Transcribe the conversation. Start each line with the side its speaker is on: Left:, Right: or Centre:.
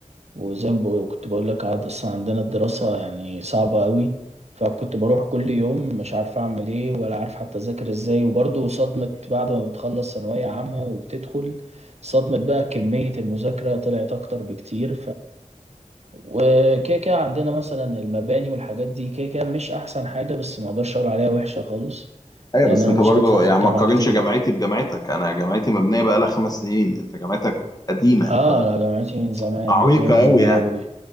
Right: وزي ما بقول- كنت بقول لك عاد اصلا عندنا الدراسه يعني صعبه قوي فكنت بروح كل يوم مش عارف اعمل ايه ولا عارف حتى اذاكر ازاي وبرضه صدمه بعد ما بتخلص ثانويه عامه وبتدخل صدمه بقى كميه المذاكره طلعت اكتر بكتير وكده كده عندنا مثلا المباني والحاجات دي كده كده مش احسن حاجة بس ما اقدرش اقول عليها وحشة خالص
Left: أيوة
Right: لان
Left: بس
Right: انا
Left: أنت
Right: مش
Left: برضه
Right: بدفع في
Left: يعني
Right: الجامعة
Left: ما تقارنش
Right: كتير
Left: جامعتي بجامعتك أنا جامعتي مبنية بقالها خمس سنين أنت جامعتك قديمة
Right: اه
Left: جامعتك
Right: لا جامعتي من زمان
Left: عريقة
Right: مبنية من
Left: قوي
Right: زمان
Left: يعني
Right: قوي